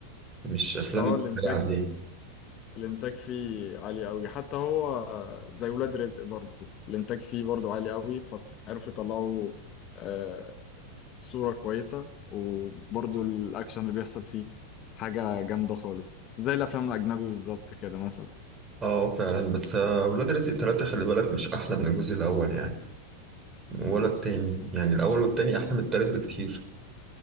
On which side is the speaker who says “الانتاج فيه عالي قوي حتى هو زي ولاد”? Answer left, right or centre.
Left